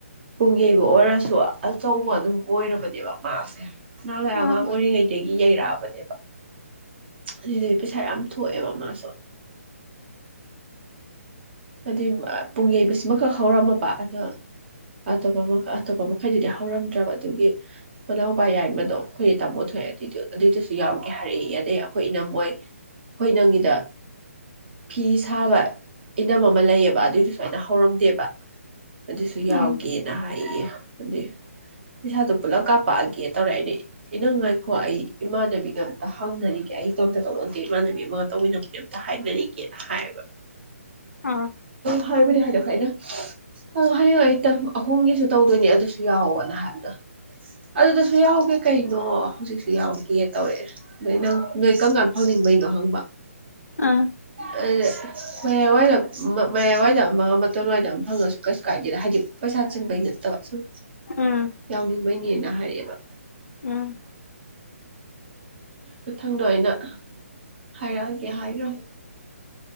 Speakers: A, on the right; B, on the left.
A: ꯄꯨꯡ ꯌꯩꯕ ꯑꯣꯏꯔꯁꯨ ꯑꯆꯧꯕ ꯑꯗꯨꯝ ꯑꯣꯏꯔꯕꯅꯦꯕ ꯃꯥꯁꯦ ꯅꯍꯋꯥꯢ ꯑꯉꯥꯡ
B: ꯑꯥ
A: ꯑꯣꯏꯔꯤ ꯉꯩꯗꯒꯤ ꯌꯩꯔꯛꯑꯕꯅꯦꯕ ꯑꯗꯨꯗꯤ ꯄꯩꯁꯥ ꯌꯥꯝ ꯊꯣꯛ ꯑꯣꯏꯌꯦꯕ ꯃꯥꯁꯨ ꯍꯥꯏ ꯄꯨꯡ ꯌꯩꯕꯁꯤꯃꯈꯛ ꯍꯧꯔꯝꯃꯕ ꯑꯗꯣ ꯑꯇꯣꯞꯄ ꯑꯇꯣꯞꯄ ꯃꯈꯩꯗꯨꯗꯤ ꯍꯧꯔꯝꯗ꯭ꯔꯕ ꯑꯗꯨꯒꯤ ꯃꯅꯥꯎꯄꯥ ꯌꯥꯏꯃꯗꯣ ꯑꯩꯈꯣꯏꯗꯤ ꯇꯥꯃꯣ ꯊꯣꯛꯑꯦ ꯑꯗꯨꯏ ꯑꯗꯨꯏꯗꯨꯁꯨ ꯌꯥꯎꯒꯦ ꯍꯥꯏꯔꯛꯏ ꯑꯗꯩ ꯑꯩꯈꯣꯏ ꯏꯅꯝ ꯍꯣꯏ ꯑꯩꯈꯣꯏ ꯏꯅꯝꯒꯤꯗ ꯐꯤ ꯁꯥꯕ ꯏꯅꯝ ꯑꯃ ꯂꯩꯌꯦꯕ ꯑꯗꯨꯏꯗꯨꯁꯨ ꯑꯩꯅ ꯍꯧꯔꯝꯗꯦꯕ ꯑꯗꯨꯁꯨ ꯌꯥꯎꯒꯦꯅ
B: ꯎꯝ
A: ꯍꯥꯏꯌꯦ ꯑꯗꯨꯢ ꯄꯩꯁꯥꯗꯣ ꯄꯨꯂꯞ ꯀꯥꯞ ꯀꯥꯞꯀꯦ ꯇꯧꯔꯦ ꯏꯅꯨꯝ ꯉꯥꯏꯈꯣ ꯑꯩ ꯏꯃꯥꯟꯅꯕꯤꯒ ꯑꯝꯇ ꯍꯪꯅꯔꯤꯒꯦ ꯑꯩ ꯏꯇꯣꯝꯇ ꯇꯧꯕ ꯅꯠꯇꯦ ꯏꯃꯥꯟꯅꯕꯤ ꯑꯃꯒ ꯇꯧꯃꯤꯟꯅꯕꯒꯤ ꯑꯝꯇ ꯍꯥꯏꯅꯔꯤꯒꯦꯅ ꯍꯥꯏꯌꯦꯕ
B: ꯑꯥ
A: ꯍꯥꯏꯕꯨꯗꯤ ꯍꯥꯏꯗꯣꯛꯈ꯭ꯔꯦ ꯑꯩꯅ ꯍ ꯍꯌꯦꯡ ꯑꯩ ꯇꯪꯕ ꯑꯍꯨꯝꯒꯤꯁꯨ ꯇꯧꯗꯣꯏꯅꯦ ꯑꯗꯨꯁꯨ ꯌꯥꯎꯋꯣꯅ ꯍꯥꯏꯕꯗꯣ ꯑꯗꯨꯗꯁꯨ ꯌꯥꯎꯒꯦ ꯀꯩꯅꯣ ꯍꯧꯖꯤꯛꯁꯨ ꯌꯥꯎꯒꯦ ꯇꯧꯔꯛꯑꯦ ꯑꯗꯩꯗ ꯏꯅꯝ ꯅꯣꯏ ꯀꯔꯝ ꯀꯥꯟꯗ ꯐꯪꯅꯤꯡꯕꯩꯅꯣ ꯍꯪꯕ
B: ꯑꯥ
A: ꯑꯗ ꯃꯌꯥꯢ ꯋꯥꯏꯔꯞ ꯃꯌꯥꯏꯋꯥꯏꯗ ꯑꯃ ꯃꯇꯋꯥꯏꯗ ꯑꯃ ꯐꯪꯉꯁꯨ ꯀꯩꯁꯨ ꯀꯥꯏꯗꯦꯗ ꯍꯥꯏꯗꯤ ꯄꯩꯁꯥ ꯆꯤꯟꯕꯩ ꯅꯠꯇꯕ ꯁꯨꯝ
B: ꯎꯝ
A: ꯌꯥꯎꯅꯤꯡꯕꯩꯅꯦꯅ ꯍꯥꯏꯌꯦꯕ
B: ꯎꯝ
A: ꯃꯊꯪꯗꯣ ꯑꯩꯅ ꯍꯥꯏꯔꯛꯑꯒꯦ ꯍꯥꯏꯒꯔꯝ